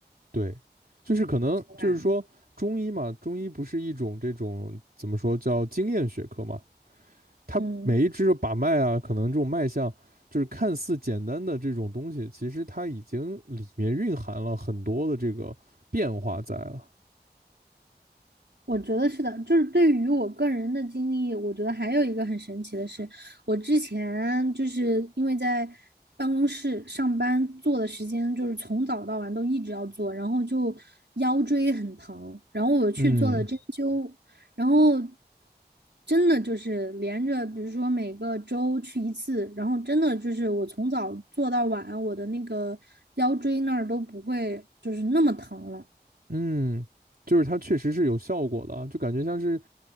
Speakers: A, on the right; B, on the right.
A: 对，就是可能就是说中医嘛，
B: 对吧？
A: 中医不是一种这种怎么说叫经验学科嘛，它每一支的把脉啊，
B: 嗯。
A: 可能这种脉象就是看似简单的这种东西，其实它已经里面蕴含了很多的这个变化在了。
B: 我觉得是的，就是对于我个人的经历，我觉得还有一个很神奇的是，我之前就是因为在办公室上班做的时间就是从早到晚都一直要做，然后就腰椎很疼，然后我去做了针灸，
A: 嗯
B: 然后真的就是连着，比如说每个周去一次，然后真的就是我从早做到晚，我的那个腰椎那儿都不会就是那么疼了。
A: 嗯，就是它确实是有效果的啊，就感觉像是